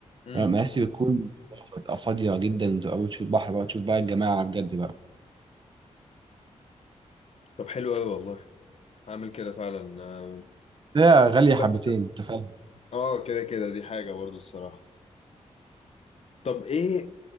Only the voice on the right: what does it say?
مراسي بتكون بتبقى فاضية جدا وتبقى بتشوف البحر بقى تشوف بقى الجماعة على بجد بقى
هي غالية
حبتين انت فاهم